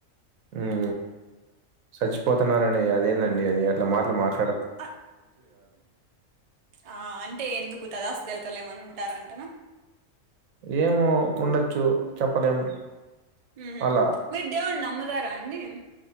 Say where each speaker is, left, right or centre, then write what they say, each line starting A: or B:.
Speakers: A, on the right; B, on the right.
A: ఉం చచ్చిపోతున్నారని అదేందండి అది అట్లా మాట్ల మార్
B: ఆ ఆ అంటే ఎందుకు తదాస్తూ దేవతలు ఏమన్నా ఉంటారంటనా
A: ఏమో ఉండొచ్చు చెప్పలేం
B: హు హామ్
A: అలా
B: మీరు దేవుడినీ నమ్ముతారా అండి